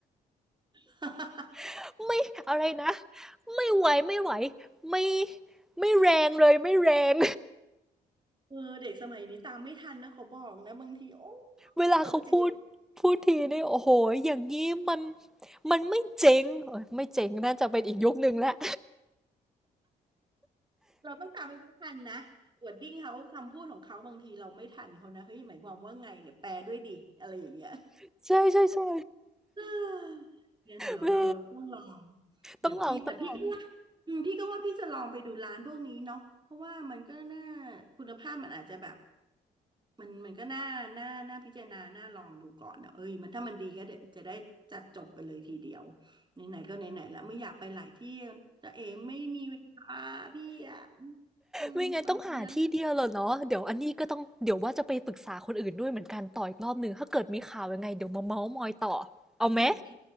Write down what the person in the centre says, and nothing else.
<laughs> ไม่อะไรนะไม่ไหวไม่ไหวไม่ไม่แรงเลยไม่แรง
เวลาเขาพูด
พูดทีนี่โอ้โหอย่างงี้มันมันไม่เจ๋งเอยไม่เจ๋งน่าจะเป็นอีกยุคหนึ่งแล้ว
<laughs> ใช่ใช่ใช่
แม่
ต้องลองต้องลอง
ไม่งั้นต้องหาที่เดียวแหละเนาะเดี๋ยวอันนี้ก็ต้องเดี๋ยวว่าจะไปปรึกษาคนอื่นด้วยเหมือนกันต่ออีกรอบหนึ่งถ้าเกิดมีข่าวยังไงเดี๋ยวมาเมาส์มอยต่อเอาไหม